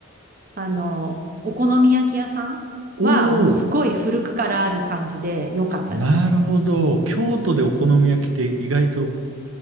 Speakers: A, on the right (about 40°); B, on the right (about 80°).
A: あの、お好み焼き屋さんはもうすごい古くからある感じで良かったです。
B: おなるほど。京都でお好み焼きって意外と